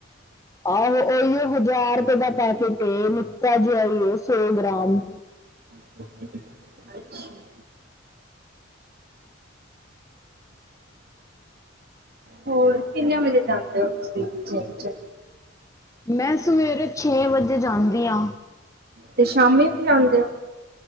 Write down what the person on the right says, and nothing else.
<inaudible> ਅੱਛਾ। ਹੋਰ ਕਿੰਨੇ ਵਜੇ ਜਾਂਦੇ ਓ ਤੁਸੀ ਜਿੰਮ 'ਚ?
ਤੇ ਸ਼ਾਮੀ ਵੀ ਜਾਂਦੇ ਓ?